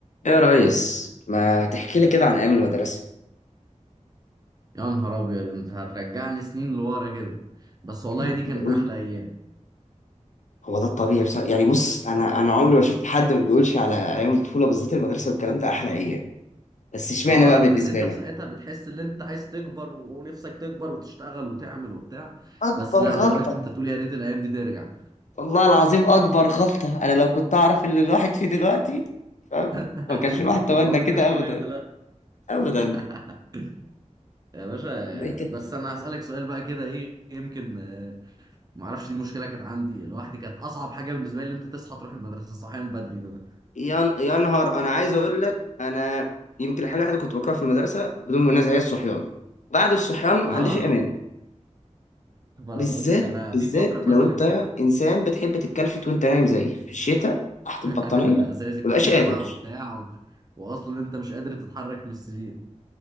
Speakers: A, on the left; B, on the right.
A: ايه يا ريس ما تحكي لي كده عن ايام المدرسه
B: يا نهار ابيض انت هترجعني سنين لورا كده بس والله
A: ايوه
B: دي
A: كده
B: كانت
A: قول
B: احلى ايام
A: هو ده الطبيعي بس يعني بص انا انا عمري ما شفت حد ما بيقولش على ايام الطفوله بالذات المدرسه والكلام ده احلى ايام بس اشمعنى
B: اه
A: بقى
B: رغم
A: بالنسبه
B: اللي انت
A: لك
B: في ساعتها بتحس ان انت عايز تكبر و- ونفسك تكبر وتشتغل وتعمل وبتاع
A: اكبر
B: بس لا دلوقتي
A: غلطه
B: انت تقول يا ريت الايام دي ترجع
A: والله العظيم اكبر غلطه انا لو كنت اعرف اللي الواحد فيه دلوقتي فاهم
B: <laughs>
A: ما كانش الواحد تمنى
B: ما كنتش
A: كده
B: كبرت
A: ابدا
B: لا
A: ابدا
B: <laughs> يا باشا
A: زي كده
B: بس انا هسألك سؤال بقى كده ايه يمكن آه، ما اعرفش دي المشكله كانت عندي لوحدي كانت اصعب حاجه بالنسبه لي ان انت تصحى تروح المدرسه صحيان بدري ده
A: يا ن- يا نهار انا عايز اقول لك انا يمكن الحاجه الوحيده كنت بكرهها في المدرسه بدون منازع هي الصحيان بعد الصحيان ما
B: اه
A: عنديش ايمان
B: ما انا
A: بالذات
B: بقول لك انا
A: بالذات
B: في فتره مثلا
A: لو انت
B: كده
A: انسان بتحب تتكلفت وانت نايم زيي في الشتاء تحت
B: <laughs>
A: البطانيه
B: ده اساسي في
A: مبقاش
B: الشتاء
A: قادر
B: بقى وبتاع و... واصلا انت مش قادر تتحرك من السرير